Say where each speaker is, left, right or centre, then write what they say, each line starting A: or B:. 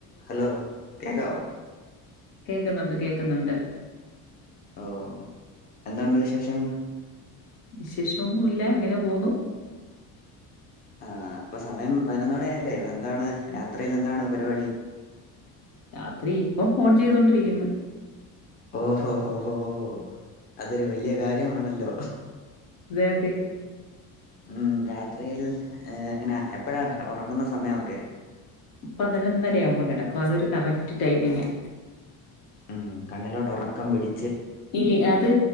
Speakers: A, on the left; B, on the left.
A: Hello കേക്കാവോ
B: കേക്കുന്നുണ്ട് കേക്കുന്നുണ്ട്
A: ഓഹ് എന്തോ ഉണ്ട് വിശേഷം
B: വിശേഷം ഒന്നുമില്ല ഇങ്ങെനെ പോന്നു
A: ആഹ് ഇപ്പം സമയം പൈനൊന്ന് മണിയായില്ലേ എന്താണ് രാത്രിയിൽ എന്താണ് പരിപാടി
B: രാത്രി ഇപ്പം ഫോൺ ചെയ്തോണ്ടിരിക്കുന്നു
A: ഓഹോ ഹോ ഹോ അതൊരു വല്ല്യയ കാര്യമാണല്ലോ
B: അതെ അതെ
A: ഉംഹ് രാത്രിയിൽ ഏഹ് എങ്ങനാ എപ്പഴാ ഒറങ്ങുന്ന സമയൊക്കെ
B: പതിനൊന്നര ആവുമ്പം കെടക്കും അതൊരു കറക്റ്റ് ടൈമിങ്ങാ
A: ഉം കണ്ണിലോട്ട് ഒറക്കം പിടി
B: ഈ അത്